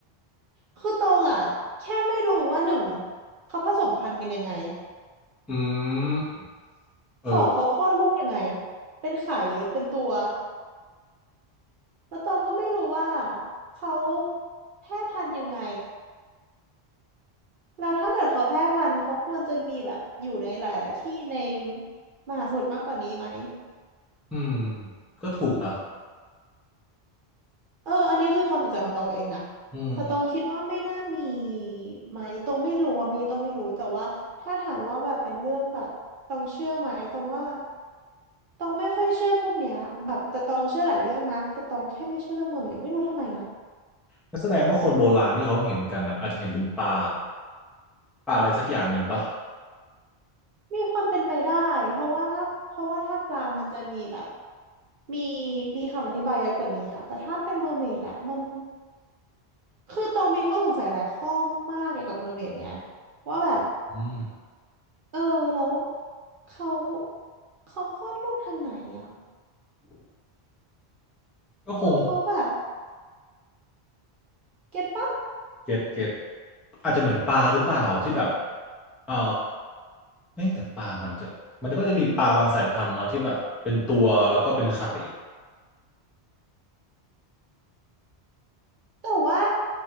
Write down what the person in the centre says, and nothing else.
อืมเออ
อืมก็ถูกนะ
อืมอืม
ก็แสดงว่าคนโบราณที่เขาเห็นกันอ่ะอาจจะเห็นเป็นปลาปลาอะไรสักอย่างหนึ่งปะ
อืม
ก็คง
เก็ตเก็ตอาจจะเหมือนปลาหรือเปล่าที่แบบ เออเอ้ยแต่ปลามันจะมันก็จะมีปลาบางสายพันธุ์เนาะที่แบบเป็นตัวแล้วก็เป็นไข่